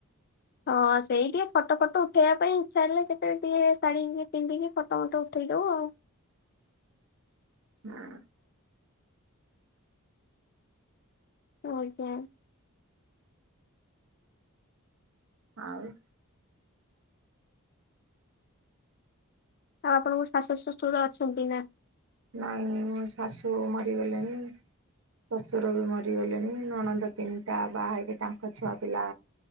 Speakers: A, on the left; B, on the right.
A: ହଁ ସେଇ ଟିକେ ଫଟ ଫଟ ଉଠେଇବା ପାଇଁ ଇଚ୍ଛା ହେଲେ କେତେ ଟିକେ ଶାଢୀ ପିନ୍ଧି କି ଫଟୋ ଫଟ, ଉଠେଇଦବୁ ଆଉ।
B: ହଁ।
A: ଆଞା।
B: ଆରେ
A: ଆଉ ଆପଣଙ୍କ ଶାଶୁ ଶ୍ୱଶୁର ଅଛନ୍ତି ନା
B: ନାଇଁ ମୋ ଶାଶୁ ମରିଗଲେଣି। ଶ୍ୱଶୁର ବି ମରିଗଲେଣି ନଣନ୍ଦ ତିନିଟା ବାହା ହେଇକି ତାଙ୍କ ଛୁଆ ପିଲା